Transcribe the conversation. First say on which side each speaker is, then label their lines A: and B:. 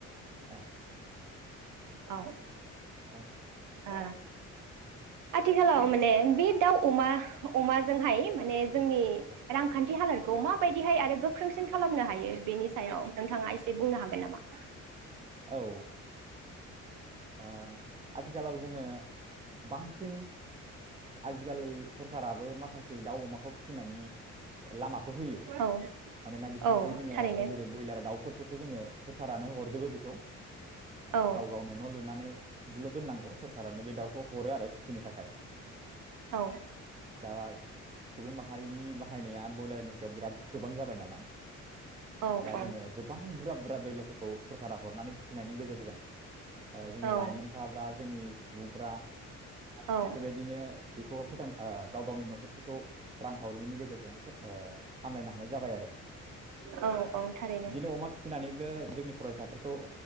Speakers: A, on the right; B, on the right.
A: औ।
B: औ
A: औ
B: आ
A: औ
B: आथिखालाव माने बे दाउ अमा अमाजोंहाय माने जोंनि रांखान्थि हालोदखौ माबायदिहाय आरो गोख्रोंसिन खालामनो हायो बेनि सायाव नोंथाङा एसे बुंनो हागोन नामा?
A: औ आ आथिखालाव जोङो बां सिन आजिखालि सरकाराबो माखासे दाउ अमाखौ फिसिनानै लामाखौ होयो
B: औ
A: मानोना बिसोरनिफ्राय
B: औ
A: जोङो
B: थारैनो
A: जेरै ब्रयलार दाउ फोरखौथ' जोङो सरखारानो हरजोबो बे
B: औ
A: गाव गावनो न' लुनानैल' दोननांगौ सरखारानो बे दाउखौ हरो आरो फिसिनो थाखाय
B: औ
A: <unintelligible> सुबुं माहारिनि बाहायनाया ब्रयलारनि सायाव बिराद गोबां जाबाय नालाय
B: औ
A: दा
B: औ
A: जोङो गोबां बुरा बुरा ब्रयलारफोरखौ हरनानै फिसिनायनि गेजेरजों जोंनि
B: औ
A: लाइमोनफोरा बा जोंनि सुबुंफ्रा
B: औ
A: बेबायदिनो बेखौ फोथां गाव गावनि न'खरफोरखौ रांखावरिनि गेजेरजों सामलायनो हानाय जाबाय आरो
B: औ औ थारैनो
A: बिदिनो अमा फिसिनानैबो जोंनि फरायसाफोरखौ